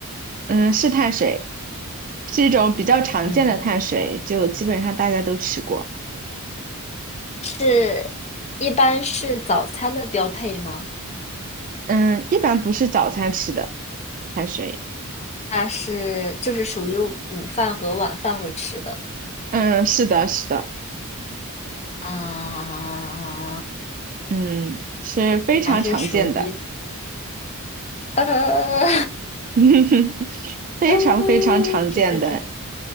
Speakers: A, on the right; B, on the left.
A: 嗯，是碳水，是一种比较常见的碳水，
B: 嗯，
A: 就基本上大家都吃过。
B: 是一般是早餐的标配吗？
A: 嗯，一般不是早餐吃的碳水。
B: 那是就是属于午饭和晚饭会吃的。
A: 嗯，是的，是的，
B: 啊，
A: 嗯，是非常常见的，
B: 还是属于呃
A: <laughs> 非常非常常见的。
B: 呃，这这这这